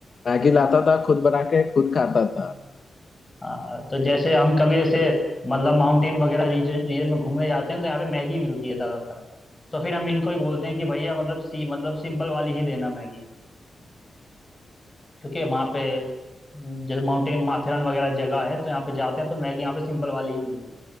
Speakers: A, on the left (about 40°); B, on the left (about 15°).
A: मैगी
B: हाँ
A: लाता था खुद बना के खुद खाता था
B: हाँ हाँ, तो जैसे हम कभी ऐसे मतलब माउंटेन वगैरह रीजन रीजन में घूमने जाते हैं तो यहाँ पे मैगी मिलती है ज्यादातर तो फिर हम इनको ही बोलते हैं कि भैया मतलब सी मतलब सिंपल वाली ही देना मैगी क्योंकि वहाँ पे जैसे माउंटेन माथेरन वगैरह जगह है तो यहाँ पे जाते हैं तो मैगी यहाँ पे सिंपल वाली ही मिलती है